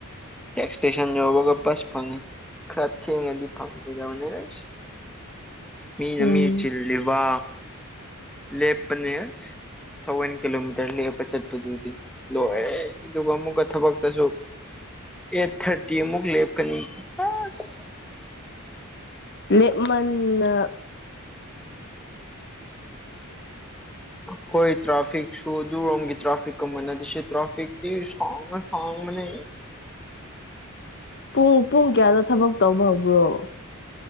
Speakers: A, in the centre; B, on the left.
A: ꯍꯦꯛ ꯁ꯭ꯇꯦꯁꯟ ꯌꯧꯕꯒ ꯕꯁ ꯐꯪꯉꯤ ꯈꯔꯥ ꯊꯦꯡꯉꯗꯤ ꯐꯪꯉꯣꯏꯗꯕꯅꯤ ꯑꯩꯁ ꯃꯤꯅ
B: ꯎꯝ
A: ꯃꯤ ꯆꯤꯜꯂꯤꯕ ꯂꯦꯞꯄꯅꯦ ꯑꯁ ꯁꯥꯕꯦꯟ ꯀꯤꯂꯣꯃꯤꯇꯔ ꯂꯦꯞꯄ ꯆꯠꯄꯗꯨꯗꯤ ꯂꯣꯏꯔꯦꯍꯦ ꯑꯗꯨꯒ ꯑꯃꯨꯛ ꯊꯕꯛꯇꯁꯨ ꯑꯦꯠ ꯊꯥꯔꯇꯤ ꯑꯃꯨꯛ ꯂꯦꯞꯀꯅꯤ ꯑꯁ
B: ꯂꯦꯞꯃꯟꯗꯅ
A: ꯑꯩꯈꯣꯏ ꯇ꯭ꯔꯥꯐꯤꯛꯁꯨ ꯑꯗꯨꯔꯣꯝꯒꯤ ꯇ꯭ꯔꯥꯐꯤꯛꯀ ꯃꯅꯥꯗꯦ ꯁꯤ ꯇ꯭ꯔꯥꯐꯤꯛꯇꯤ ꯁꯥꯡꯉ ꯁꯥꯡꯕꯅꯦ
B: ꯄꯨꯡ ꯄꯨꯡ ꯀꯌꯥꯗ ꯊꯕꯛ ꯇꯧꯕ ꯍꯧꯕ꯭ꯔꯣ